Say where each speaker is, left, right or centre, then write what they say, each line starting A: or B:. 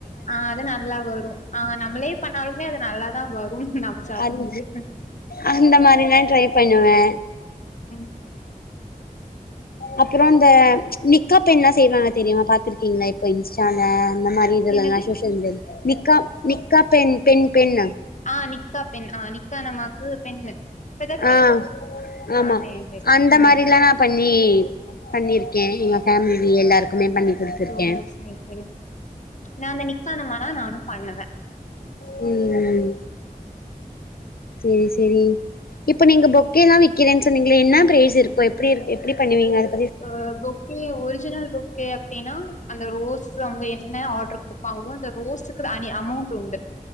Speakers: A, on the left; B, on the left.
A: ஆ அத நல்லா வரு ஆ நம்மளே பண்ணாலுமே அது நல்லாதா வரு நம சாப்டும்போது
B: அந் அந்த மாரிலா ட்ரை பண்ணுவே
A: ஹ்ம்
B: அப்றோ ந்த நிக்கா பென்னா செய்வாங்க தெரியுமா பாத்துருக்கீங்ளா இப்ப இன்ஸ்டால அந்த மாரி இதுலல்லா
A: என்னது
B: ஷோஷ்யல் மீடியால நிக்கா நிக்கா பெண் பெண் பெண்
A: ஆ நிக்கா பெண் ஆ நிக்கா நமாக்கு பெண்ணு ஃபெதர் பெண்
B: ஆ ஆமா
A: ஆ தெரியு தெரியு
B: அந்த
A: ம்.
B: மாரில்லா நா பண்ணி பண்ணிருக்கே
A: ம்.
B: எங்க ஃபேம்லி எல்லாருக்குமே பண்ணி குடுத்துருக்கே
A: ஓ சேர் செரி நா அந்நநி க்சானமானா நானு பண்ணுவ
B: ம் கேசிரி இப்ப நீங்க பொக்கேல்லா விக்கிறேன் சொன்னீங்ளே என்ன ப்ரேஸிருக்கு எப்டி இர் எப்டி பண்ணுவீங்கத
A: ஆ பொக்கே ஒரிஜினல் பொக்கே அப்டின்னா அந்த ரோஸ் ஸு அவுங்க என்ன ஆட்ரு குடுப்பாங்ளோ அந்த ரோஸுக்கு அனி அமௌண்ட்டுண்டு